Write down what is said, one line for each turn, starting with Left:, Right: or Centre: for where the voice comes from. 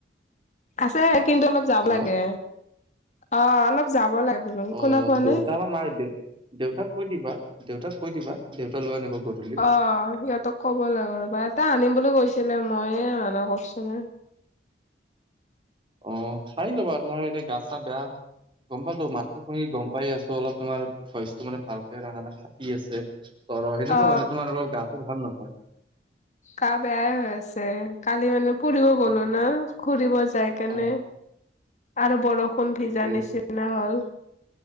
Left: আছে কিন্তু অলপ যাব
Right: হেল্ল'
Left: লাগে অ', অলপ যাব লাগে। বোলো
Right: অ',
Left: শুনা পোৱা
Right: দেউতা
Left: নে
Right: বা মা দেউ-দেউতাক কৈ দিবা দেউতাক কৈ দিবা দেউতা লৈ আনিব গধূলি।
Left: অ', সিহঁতক ক'ব লাগে ৰ'বা এটা আনিম বুলি কৈছিলে মইয়ে মানা কৰছিলো।
Right: অ', খাই ল'বা তোমাৰ এতিয়া গা চা বেয়া। গম পালো মাতো শুনি গম পাই আছো অলপ তোমাৰ ভইচটো মানে ভালকে অহা ন কি আছে তৰ সেনেকুৱা
Left: অ
Right: মানে তোমাৰ অলপ গাটো ভাল নহয়।
Left: গা বেয়াই হৈ আছে। কালি মানে ফুৰিব
Right: উম,
Left: গলো না ঘুৰিব যাই কেনে
Right: অ
Left: আৰু বৰষুণ ষুণ
Right: ঠিকে
Left: ভিজা নিচিনা হ'ল।